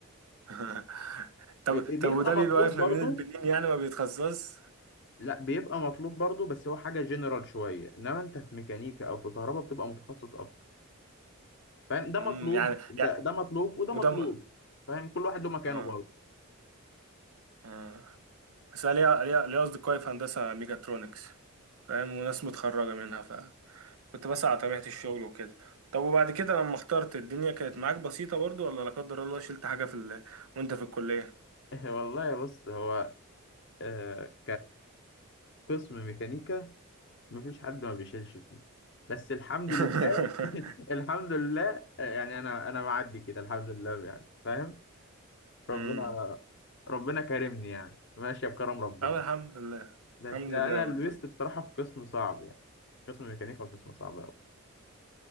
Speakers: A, on the right; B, on the left.
A: <laughs> طب
B: بي- بيبقى
A: طب وده
B: مطلوب
A: بيبقى واقف
B: برضو
A: ما بين البنين يعني ما بيتخصص
B: لا بيبقى مطلوب برضو بس هو حاجة جنرال شوية انما انت في ميكانيكا او في كهرباء بتبقى متخصص اكتر فاهم ده مطلوب
A: امم يعني
B: ده
A: يعني
B: ده مطلوب وده
A: وده
B: مطلوب
A: م...
B: فاهم كل واحد له مكانه
A: اه
B: برضه
A: اه بس أنا ليا ليا ليا اصدقائي في هندسة ميكاترونكس فاهم وناس متخرجة منها كنت بس على طبيعة الشغل وكده طب وبعد كده لما اخترت الدنيا كانت معاك بسيطة برضو ولا لا قدر الله شلت حاجة في ال... <laughs> وانت في الكلية
B: <laughs> والله بص هو آه كقسم ميكانيكا مفيش حد ما بيشيلش فيه بس الحمد
A: <laughs>
B: لله <laughs> الحمد لله آه، يعني انا انا معدي كده الحمد لله يعني فاهم ربنا
A: امم
B: ربنا كرمني يعني ماشية بكرم ربنا
A: اه الحمد لله
B: بس
A: الحمد
B: أنا
A: لله والله
B: لبست بصراحة في قسم صعب يعني قسم ميكانيكا قسم صعب أوي